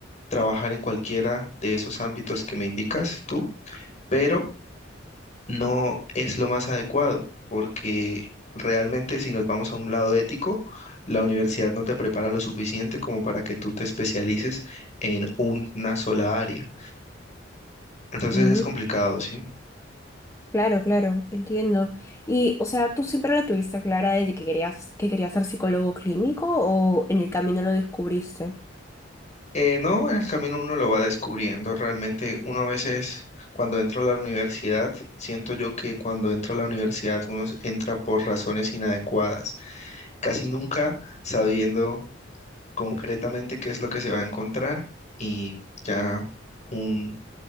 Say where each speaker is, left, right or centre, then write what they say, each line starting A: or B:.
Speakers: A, on the left; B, on the left.
A: trabajar en cualquiera de esos ámbitos que me indicas tú pero no es lo más adecuado, porque realmente si nos vamos a un lado ético, la universidad no te prepara lo suficiente como para que tú te especialices en una sola área. Entonces
B: Mm,
A: es complicado, ¿sí?
B: claro, claro, entiendo. Y, o sea, ¿tú siempre la tuviste clara de que querías, que querías ser psicólogo clínico o en el camino lo descubriste?
A: Eh, no, en el camino uno lo va descubriendo. Realmente uno a veces, cuando entra a la universidad, siento yo que cuando entra a la universidad uno s- entra por razones inadecuadas, casi nunca sabiendo concretamente qué es lo que se va a encontrar y ya un,